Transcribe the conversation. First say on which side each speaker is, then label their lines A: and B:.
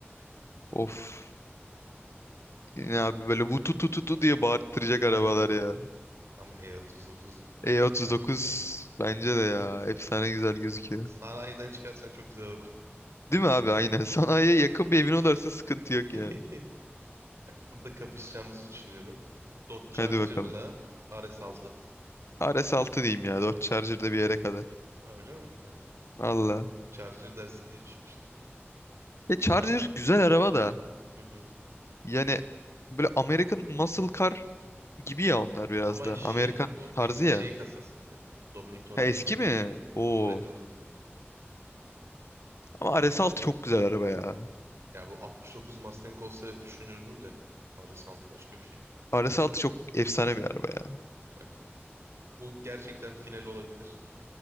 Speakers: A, on the left; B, on the right.
A: Of. Ne abi böyle vutu tu tu tu diye bağırttıracak
B: Aynen
A: arabalar
B: aynen.
A: ya.
B: Ama E39
A: E39
B: çok güzel kasa yani.
A: bence de ya. Efsane güzel gözüküyor.
B: Sanayiden çıkarsan çok güzel araba.
A: Değil mi abi? Aynen. <laughs> Sanayiye yakın bir evin olursa sıkıntı yok
B: <laughs>
A: yani.
B: Bak burada kapışacağımızı düşünüyorum. Dodge Charger'la
A: Hadi bakalım.
B: r 6
A: rs altı diyeyim ya. Dodge Charger'da bir yere kadar.
B: Ha, Öyle mi? Ben,
A: Valla.
B: ben Charger dersin diye düşünmüştüm.
A: E Charger
B: Ben
A: güzel araba da.
B: hı hı.
A: Yani böyle American Muscle Car gibi ya onlar biraz
B: Ama
A: da.
B: şey
A: Amerikan
B: o
A: tarzı
B: eski
A: ya.
B: şey kasası bir de. Dominic Toretto'nun
A: Ha eski
B: bindiği.
A: mi? Oo.
B: Toretto'nun bindiği.
A: Ama RS6 çok güzel araba ya.
B: Ya bu 69 Mustang olsa düşünürdüm de RS6 başka bir şey.
A: rs Altı çok efsane bir araba ya.
B: Bak bu bu gerçekten final olabilir.